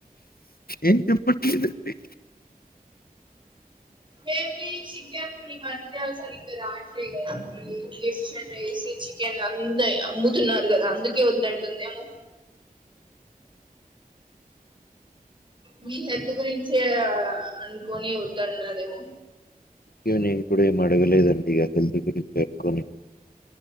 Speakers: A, on the left; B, on the right.
A: ఏం చెప్పట్లేదండి
B: మేబీ చికెన్ ఈమధ్య ఓసారి రాట్లే కదా ఇంక్షన్ వేసి చికెన్ అంద అమ్ముతున్నారు కదా అందుకే వద్దంటుందేమో మీ హెల్త్ గురించే అనుకుని వద్దన్నాదేమో
A: ఇక నేను ఇప్పుడేం అడగలేదండి ఇగ హెల్త్ గురించి పెట్టుకొని